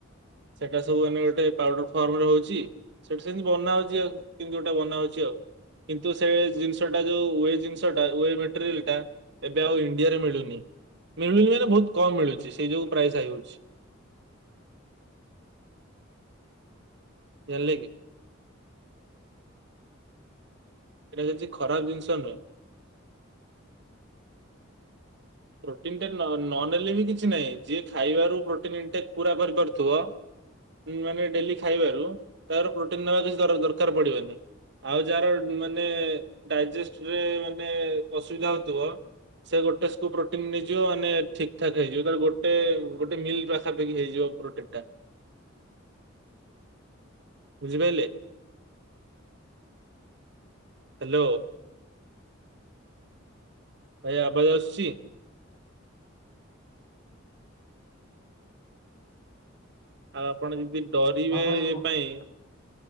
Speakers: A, on the right; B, on the left.
A: ସେଇଟା ସବୁ ଆମେ ଗୋଟେ ପାଉଡର ଫର୍ମ ରେ ହଉଛି। ସେଠି ସେମିତି ବନା ହଉଛି ଆଉ କେମିତି ଗୋଟେ ବନା ହଉଛି ଆଉ। କିନ୍ତୁ ସେ ଜିନିଷ ଟା ଯୋଉ ୱ ଜିନିଷା ମଟେରିଲ ଟା ଏବେ ଆଉ ଇଣ୍ଡିଆରେ ମିଳୁନି ମିଳୁନି ମାନେ ବହୁତ କମ ମିଳୁଛି ସେଇ ଯୋଉୁ ପ୍ରାଇସ୍ ହେଇଯାଉଛି। ଜାଣିଲେକି। ଏଇଟା କିଛି ଖରାପ ଜିନିଷ ନୁହେ। ପ୍ରଟିନ ନ କିଛି ନାହିଁ ଯିଏ ଖାଇବାରୁ ପ୍ରଇଟେ ପ କରିପାରୁଥିବ। ମାନେ ଡେଲି ଖାଇବାରୁ ତାର ପ୍ରୋଟିନ ନେବା କିଛି ଦରକାର ପଡିବନି। ଆଉ ଯାହାର ମାନେ ଡାଇଜେଷ୍ଟ ରେ ମାନେ ଅସୁବିଧା ହଉଥିବ ସେ ଗୋଟେ। ପ୍ରୋଟିନ ନେଇଯିବ ମାନେ ଠିକ ଠାକ ହେଇଯିବ ତ ଗୋଟେ ଗୋଟେ ମିଲ୍ ପାଖାପାଖି ହେଇଯିବ ପ୍ରୋନ ଟା
B: <inaudible>
A: ବୁଝିପାରିଲେ। ହାଲୋ। ଭାଇ ଆବାଜ ଆସୁଛି? ଆଉ ଆପଣ ଯଦି ଡରିବେ
B: ହଁ ଭାଇ
A: ଇଏ
B: କୁହ
A: ପାଇଁ